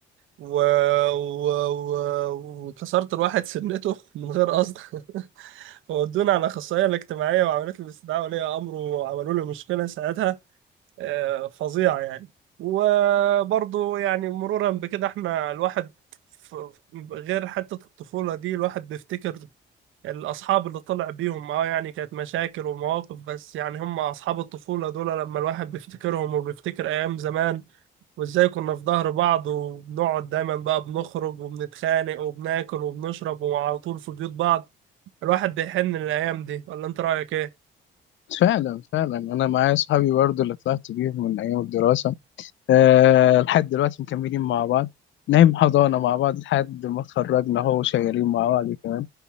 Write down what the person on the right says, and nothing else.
و... و... و... وكسرت الواحد سنته <laughs> من غير قصد <laughs> فودوني على الأخصائية الاجتماعية وعملت لي استدعاء ولي أمر وعملوا لي مشكلة ساعتها آه، فظيعة يعني وبرضه يعني مرورا بكده احنا الواحد ف- غير حتة الطفولة دي الواحد بيفتكر الأصحاب اللي طلع بيهم اه يعني كانت مشاكل ومواقف بس يعني هم أصحاب الطفولة دول لما الواحد بيفتكرهم وبيفتكر أيام زمان وازاي كنا في ظهر بعض وبنقعد دايما بقى بنخرج وبنتخانق وبناكل وبنشرب وعلى طول في بيوت بعض الواحد بيحن للأيام دي ولا انت رأيك ايه؟